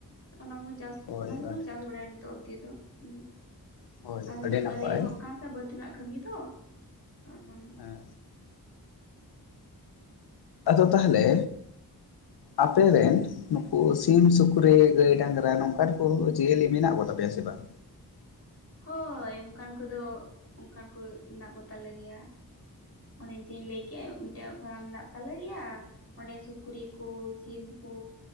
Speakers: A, on the left; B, on the left.
A: ᱚᱱᱟ ᱠᱚᱜᱮ ᱪᱟᱥ
B: ᱦᱳᱭ
A: ᱚᱱᱟ ᱜᱮᱞᱮ
B: ᱟᱹᱰᱤ
A: ᱪᱟᱥ ᱵᱟᱲᱟᱭᱟ ᱱᱤᱛᱚᱜ ᱚᱵᱫᱤ ᱫᱚ ᱦᱩᱸ
B: ᱦᱳᱭ
A: ᱟᱨ ᱱᱤᱛᱚᱜ
B: ᱟᱹᱰᱤ
A: ᱵᱟᱨ
B: ᱱᱟᱯᱟᱭ
A: ᱮᱦᱚᱵ ᱠᱟᱱᱟ ᱥᱮ ᱛᱮᱱᱟᱜ ᱠᱟᱹᱢᱤ ᱛᱚ ᱟᱫᱚ
B: ᱦᱮᱸ ᱟᱫᱚ ᱛᱟᱦᱚᱞᱮ ᱟᱯᱮ
A: ᱦᱩᱸ
B: ᱨᱮᱱ ᱱᱩᱠᱩ ᱥᱤᱢ ᱥᱩᱠᱨᱤ ᱜᱟᱹᱭᱼ ᱰᱟᱝᱨᱟ ᱱᱚᱝᱠᱟᱱ ᱠᱚ ᱡᱤᱭᱟᱹᱞᱤ ᱢᱮᱱᱟᱜ ᱠᱚᱛᱟᱯᱮᱭᱟ ᱥᱮ ᱵᱟᱝ?
A: ᱦᱳᱭ ᱚᱱᱠᱟᱱ ᱠᱚᱫᱚ ᱚᱱᱠᱟᱱ ᱠᱚ ᱢᱮᱱᱟᱜ ᱠᱚᱛᱟᱞᱮ ᱜᱮᱭᱟ᱾ ᱚᱱᱮ ᱡᱮᱧ ᱞᱟᱹᱭ ᱠᱮᱫ ᱢᱤᱫᱴᱮᱡ ᱜᱷᱚᱲᱟ ᱢᱮᱱᱟᱜ ᱛᱟᱞᱮ ᱜᱮᱭᱟ᱾ ᱚᱸᱰᱮ ᱥᱩᱠᱨᱤ ᱠᱚ ᱥᱤᱢ ᱠᱚ